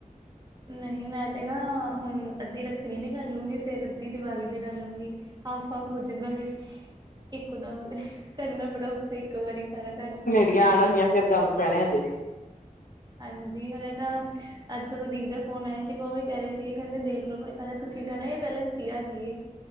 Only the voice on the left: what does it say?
ਤੀਆਂ ਆਉਣ ਵਾਲੀਆਂ ਫੇਰ ਗੰਦ ਪੈਣਾ ਹਜੇ।